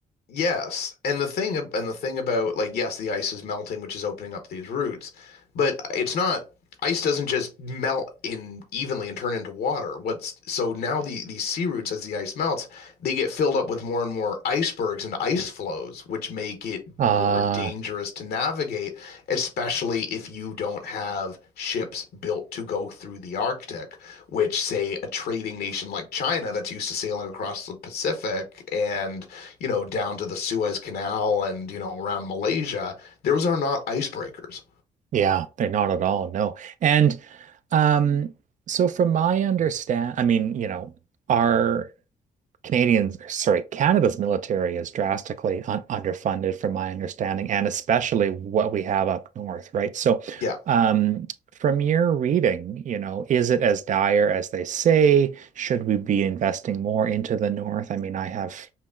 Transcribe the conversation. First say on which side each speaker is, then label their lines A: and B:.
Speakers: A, on the left (about 70°); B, on the right (about 50°).
A: Yes, and the thing ab- and the thing about like yes, the ice is melting, which is opening up these routes. But it's not ice doesn't just melt in evenly and turn into water. What's so now the these sea roots as the ice melts, they get filled up with more and more icebergs and ice flows, which make it
B: Uh,
A: more dangerous to navigate, especially if you don't have ships built to go through the Arctic, which say a trading nation like China that's used to sailing across the Pacific and, you know, down to the Suez Canal and, you know, around Malaysia, those are not icebreakers.
B: Yeah, they're not at all. No. And um, so from my understand, I mean, you know, our Canadians, sorry, Canada's military is drastically un underfunded from my understanding, and especially what we have up north, right? So
A: Yeah,
B: um, from your reading, you know, is it as dire as they say? Should we be investing more into the north? I mean, I have,